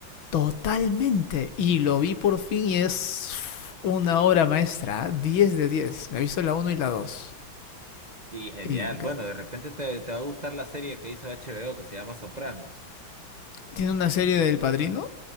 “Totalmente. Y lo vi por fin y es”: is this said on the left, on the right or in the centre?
Left